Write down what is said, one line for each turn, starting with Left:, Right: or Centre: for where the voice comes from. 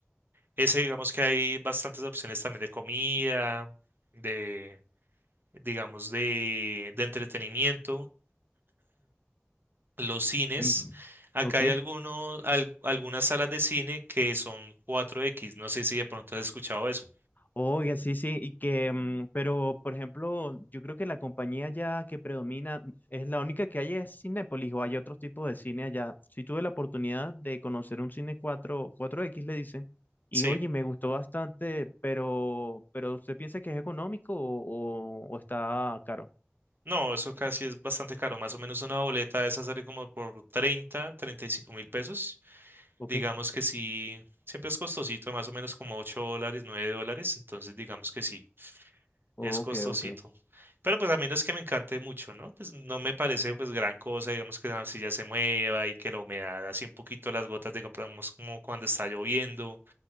Right: Ese, digamos que hay bastantes opciones también de comida, de, digamos, de, de entretenimiento. Los cines,
Left: Mm,
Right: acá
Left: Ok,
Right: hay algunos, al- algunas salas de cine que son cuatro x No sé si de pronto has escuchado eso.
Left: oiga, sí, sí, y que, mm, pero por ejemplo, yo creo que la compañía ya que predomina es la única que hay es Cinépolis o hay otro tipo de cine allá. Sí tuve la oportunidad de conocer un cine cuatro cuatro x le dicen, y
Right: Sí,
Left: oye, me gustó bastante, pero, pero ¿usted piensa que es económico o, o- o está caro?
Right: no, eso casi es bastante caro. Más o menos una boleta de esa sale como por treinta, treinta y cinco mil pesos.
Left: Ok,
Right: Digamos que sí, siempre es costosito, más o menos como 8 dólares, 9 dólares, entonces digamos que sí,
Left: ok,
Right: es costosito.
Left: ok.
Right: Pero pues a mí no es que me encante mucho, ¿no? Pues no me parece pues gran cosa, digamos que la silla se mueva y que la humedad, así un poquito las gotas, digamos como cuando está lloviendo,